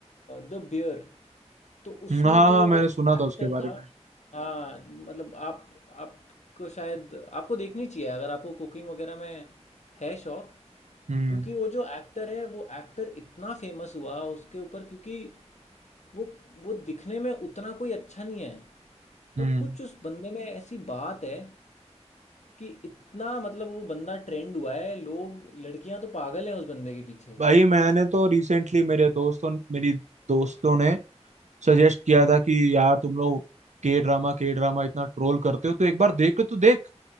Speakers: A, on the left; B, on the right.
A: द बियर तो उसमें
B: हम्म, हाँ
A: जो
B: हाँ मैंने सुना
A: एक्टर
B: था उसके बारे
A: था
B: में
A: हाँ मतलब आप आपको शायद आपको देखनी चाहिए अगर आपको कुकिंग वगैरह में है शौक
B: हम्म
A: क्योंकि वो जो एक्टर है वो एक्टर इतना फेमस हुआ उसके ऊपर क्योंकि वो वो दिखने में उतना कोई अच्छा नहीं है
B: हम्म
A: पर कुछ उस बंदे में ऐसी बात है कि इतना मतलब वो बंदा ट्रेंड हुआ है लोग लड़कियां तो पागल हैं उस बंदे के पीछे
B: भाई मैंने तो रिसेंटली मेरे दोस्तों मेरी दोस्तों ने सजेस्ट किया था कि यार तुम लोग के ड्रामा के ड्रामा इतना ट्रोल करते हो तो एक बार देख के तो देख